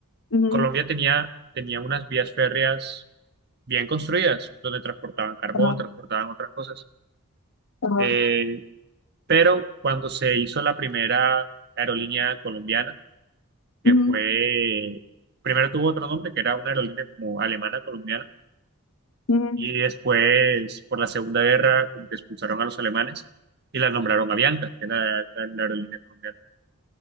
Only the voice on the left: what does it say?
ujú,
ajá,
ajá,
ujú,
ujú,